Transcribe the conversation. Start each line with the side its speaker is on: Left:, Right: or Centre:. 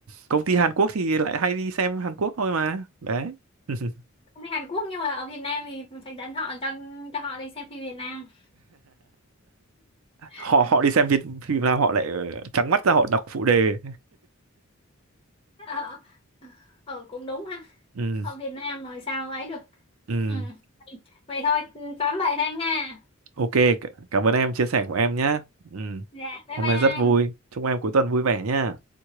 Right: công ty Hàn Quốc thì lại hay đi xem Hàn Quốc thôi mà đấy <laughs>
Left: công ty Hàn Quốc nhưng mà ở Việt Nam thì phải dẫn họ cho cho họ đi xem phim Việt Nam
Right: họ
Left: <laughs>
Right: họ đi xem Việt phim nào họ lại ờ, trắng mắt ra họ đọc phụ đề
Left: ờ ờ, cũng đúng ha
Right: ừ
Left: ở Việt Nam rồi sao ấy được
Right: ừ
Left: ừ. vậy thôi tóm vậy thanh ha
Right: Ok, c- cảm ơn em chia sẻ của em nhé. Ừ.
Left: dạ bye
Right: Hôm
Left: bye
Right: nay
Left: anh
Right: rất vui. Chúc em cuối tuần vui vẻ nhé.